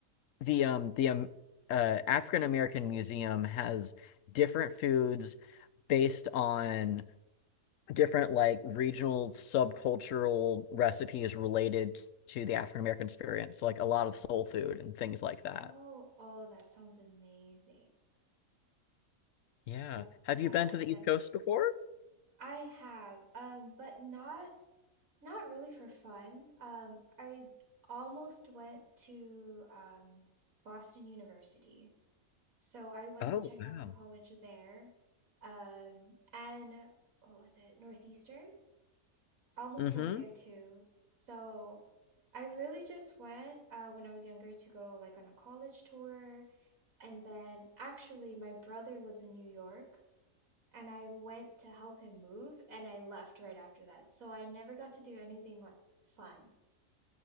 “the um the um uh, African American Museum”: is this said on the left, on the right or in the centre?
Left